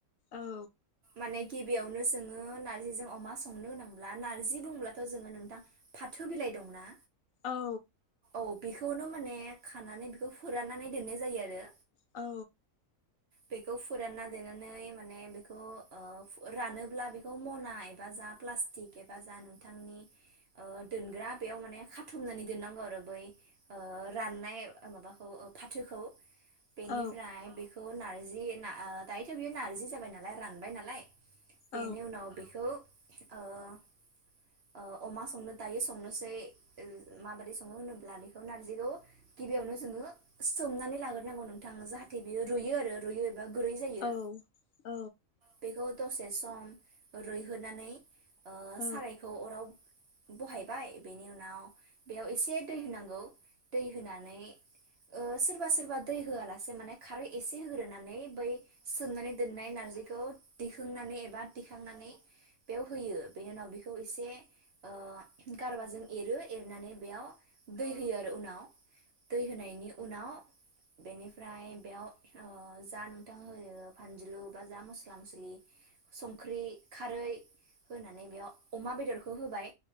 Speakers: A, on the left; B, on the right.
A: औ।
B: माने गिबियावनो जोङो नारजिजों अमा संनो होनो ब्ला नारजि बुंब्लाथ' जोङो नोंथां फाथो बिलाइ दंना?
A: औ।
B: औ बेखौनो माने खानानै बेखौ फोराननानै दोननाय जायो आरो।
A: औ।
B: बेखौ फोरानना दोननानै माने बेखौ ओ रानोब्ला बेखौ मना एबा जा प्लास्टिक बा जा नोंथांनि ओ दोनग्रा बेयाव माने खाथुमनानै दोननांगौ आरो बै ओ राननाय माबाखौ फाथोखौ। बेनिफ्रायाय
A: औ
B: बेखौ। बेखौ नारजि ओ दायोथ' बियो नार्जि जाबाय नालाय रानबाय नालाय।
A: औ
B: बेनि उनाव बेखौ। ओ। ओ अमा संनो दायो संनोसै माबादै सङो होनोब्ला, बेखौ नारजिखौ गिबियावनो जोङो सोमनानै लाग्रोनांगौ नोंथां जाहाथे बेयो रुइयो आरो रुइयो। एबा गुरै जायो।
A: औ औ
B: बेखौ दसे सम रुइहोनानै ओ।
A: औ
B: सारायखौ अराव बहायबाय बेनि उनाव। बेयाव एसे दै होनांगौ दै होनानै ओ सोरबा सोरबा दै होआलासे एसे माने खारै एसे होग्रोनानै। <unintelligible> सोमनानै दोन्नांय नार्जारि खौ। <inaudible> दिखांनानै एबा दिखांनानै बेव होयो बेनि उनाव बेखौ एसे ओ गारबाजों एरो। एरनानै बेयाव दै होयो आरो उनाव दै होनायनि उनाव, बेनिफ्राय बेयाव ओ जा नोंथां होयो फानलुबा जा मस्ला मस्लि, संख्रि, खारै होनानै बेयाव अमा बेदरखौ होबाय